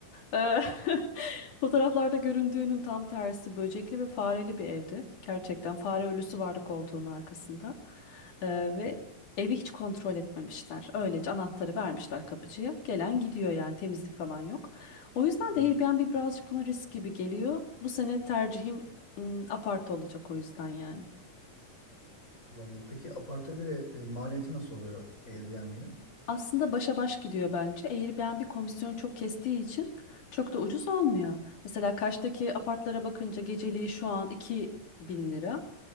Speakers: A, on the left; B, on the left.
A: Eee, <laughs> Fotoğraflarda göründüğünün tam tersi böcekli ve fareli bir evdi. Gerçekten fare ölüsü vardı koltuğun arkasında. Ee, ve evi hiç kontrol etmemişler. Öylece anahtarı vermişler kapıcıya. Gelen gidiyor yani temizlik falan yok. O yüzden
B: Hmm.
A: de Airbnb birazcık bana risk gibi geliyor. Bu sene tercihim ım, apart olacak o yüzden yani.
B: Olabilir. Peki aparte bire e, maliyeti nasıl oluyor Airbnb'nin?
A: Aslında başa baş gidiyor bence. Airbnb komisyon çok kestiği için çok da ucuz olmuyor. Mesela Kaş'taki apartlara bakınca geceliği şu an 2000 lira.